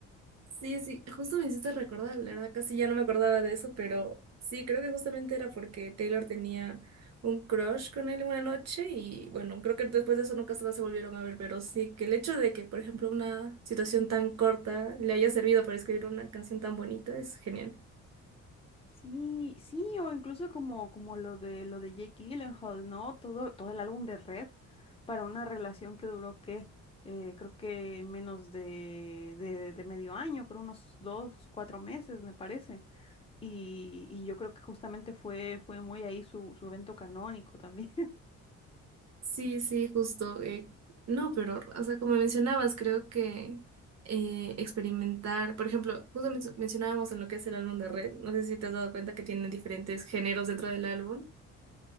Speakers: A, on the right; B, on the left.
A: Sí, sí, justo me hiciste recordar, la verdad casi ya no me acordaba de eso, pero sí, creo que justamente era porque Taylor tenía un crush con él una noche y bueno, creo que después de eso nunca más se volvieron a ver, pero sí, que el hecho de que, por ejemplo, una situación tan corta le haya servido para escribir una canción tan bonita es genial.
B: Sí, sí, o incluso como, como lo de lo de Jake Gyllenhaal, ¿no? Todo, todo el álbum de Red para una relación que duró ¿qué? Eh, creo que menos de, de, de medio año, creo unos dos, cuatro meses, me parece. Y, y yo creo que justamente fue, fue muy ahí su, su evento canónico también.
A: Sí, sí, justo. eh, no, pero, o sea, como mencionabas, creo que eh, experimentar, por ejemplo, justo men- mencionábamos en lo que es el álbum de Red, no sé si te has dado cuenta que tienen diferentes géneros dentro del álbum.